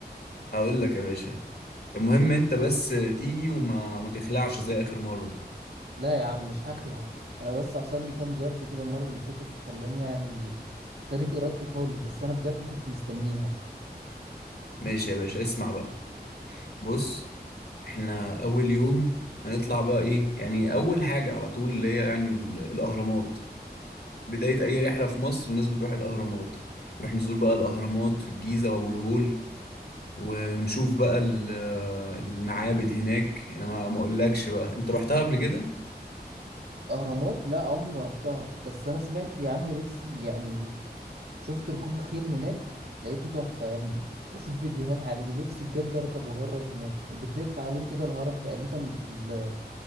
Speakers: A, on the left (about 70°); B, on the right (about 75°).
A: هقول لك يا باشا المهم انت بس تيجي وما ما تخلعش زي اخر مره
B: لا يا عم مش هخلع انا بس حصل لي كام ظرف كده المره اللي فاتت فخلاني يعني خارج ارادتي خالص بس انا بجد كنت مستنيها
A: ماشي يا باشا اسمع بقى بص احنا اول يوم هنطلع بقى ايه يعني اول حاجه على طول اللي هي يعني ال- الاهرامات بدايه اي رحله في مصر الناس بتروح الاهرامات نروح نزور بقى الاهرامات في الجيزه وابو الهول ونشوف بقى ال- المعابد هناك انا ما ما اقولكش بقى انت رحتها قبل كده
B: اهرامات لا عمري ما رحتها بس انا سمعت يا عم نفسي يعني شفت ركوب الخيل هناك لقيته تحفه يا ابني بشوف فيديوهات عليه نفسي بجد اركب واجرب هناك وبتلف حوالين كده الهرم تقريبا في ال